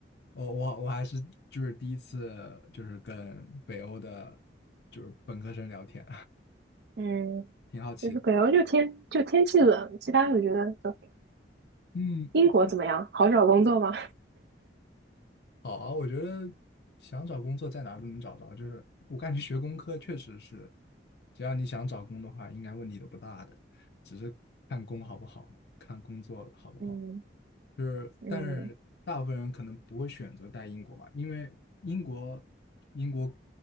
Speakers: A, on the left; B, on the right.
A: 我我我还是就是第一次就是跟北欧的，就是本科生聊天，
B: 嗯，
A: <laughs> 挺好奇的。
B: 就是北欧就天就天气冷，其他我觉得都
A: 嗯
B: 英国怎么样？好找工作吗？
A: 好啊，我觉得想找工作在哪儿都能找着，就是我感觉学工科确实是，只要你想找工的话，应该问题都不大的，只是看工好不好，看工作好不好。
B: <laughs> 嗯
A: 就是，
B: 嗯，
A: 但是大部分人可能不会选择待英国吧，因为英国英国